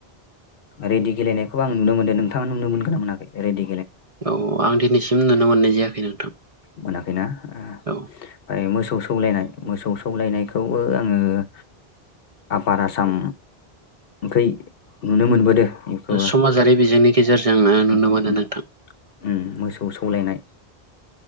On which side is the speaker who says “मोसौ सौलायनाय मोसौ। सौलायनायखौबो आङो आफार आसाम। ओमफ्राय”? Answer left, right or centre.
Left